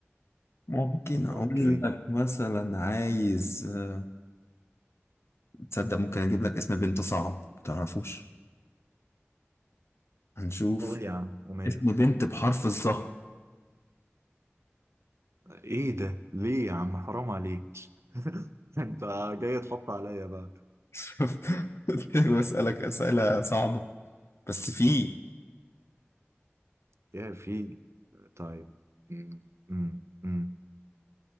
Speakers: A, on the left; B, on the right.
A: ممكن اقول
B: اوكي
A: لك مثلا عايز آه، تصدق ممكن اجيب لك اسم بنت صعب ما تعرفوش هنشوف
B: قول يا عم وماله
A: اسم بنت بحرف الظهر
B: ايه ده ليه يا عم حرام عليك <laughs> انت جاي تحط عليا بقى
A: <laughs> قلت لك بسألك اسئله صعبه بس في
B: يا في طيب م- م- م.